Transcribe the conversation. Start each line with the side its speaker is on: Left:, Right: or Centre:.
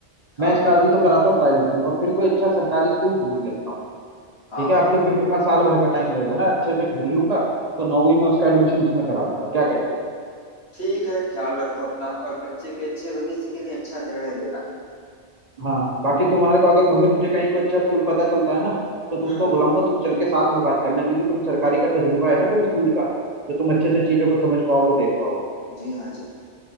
Left: हाँ,
Right: मैं इसका
Left: हाँ।
Right: अभी तो कराता हूँ प्राइवेट में और फिर कोई अच्छा सरकारी स्कूल ढूंढ लेता हूँ
Left: हाँ,
Right: ठीक
Left: हाँ।
Right: है अब तो फिर मेरे पास साल भर का टाइम रहेगा ना अच्छे से ढूंढ लूंगा तो नौवीं में उसका एडमिशन उसमें करा दूंगा क्या कहते हो
Left: ठीक है, ख़्याल रखो अपना और बच्चे के अच्छे भविष्य के लिए अच्छा निर्णय लेना।
Right: हाँ बाकी तुम्हारे को अगर मगर मुझे कहीं कोई अच्छा स्कूल पता चलता है ना तो तुमको
Left: हुँ, हुँ।
Right: बुलाऊंगा तुम चल के साथ में बात करना क्योंकि तुम सरकारी का तजुर्बा है ना तुम स्कूल का तो तुम अच्छे से चीजों को समझ पाओगे देख पाओगे
Left: जी हाँ, जी हाँ।